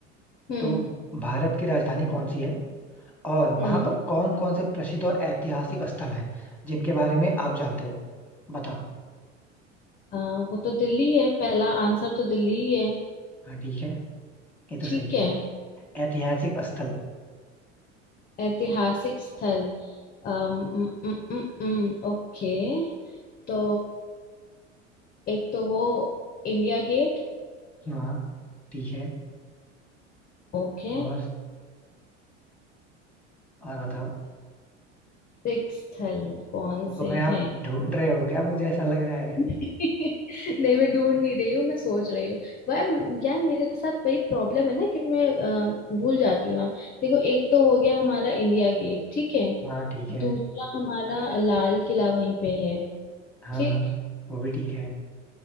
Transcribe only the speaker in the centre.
तो भारत की राजधानी कौन सी है और
वहां पर कौन कौन से प्रसिद्ध और ऐतिहासिक स्थल हैं जिनके बारे में आप जानते हो बताओ
हाँ ठीक है ये तो
सही है
ऐतिहासिक स्थल
हाँ ठीक है
और और बताओ
बुक
में आप
ढूंढ रहे हो क्या मुझे ऐसा लग रहा है
हाँ ठीक है
हाँ
हाँ, वो भी ठीक है